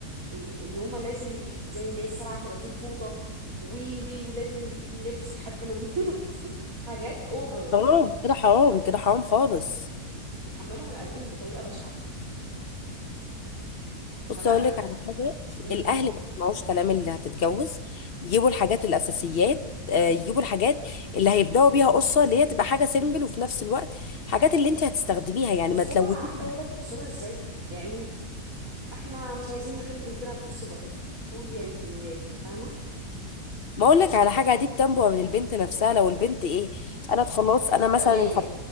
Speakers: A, on the right; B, on the left.
A: إيه، ان هم لازم نجيب زي الناس 37 فوطه وي وي ولازم نجيب اللبس لحد ما نموت <laughs> حاجات اوفر
B: حرام كده حرام كده حرام خالص
A: بيحملوا على اهاليهم بطريقه بشعه
B: بص
A: فلا
B: اقول
A: لا
B: لك على حاجه
A: امم
B: الاهل ما يسمعوش كلام اللي هتتجوز يجيبوا الحاجات الاساسيات آه، يجيبوا الحاجات اللي هيبداوا بيها قصه اللي هي تبقى حاجه سيمبل وفي نفس الوقت الحاجات اللي انت هتستخدميها
A: بيبصوا
B: يعني ما تلوثيش
A: لها عارفه هي بقى بيبصوا لها ازاي يعني احنا مش عايزين نخلي بنتنا تبص بره تقول يا ريتني ويا ريتني فاهمه
B: ما اقول لك على حاجه دي بتنبع من البنت نفسها لو البنت ايه انا خلاص انا مثلا
A: سويه
B: الح-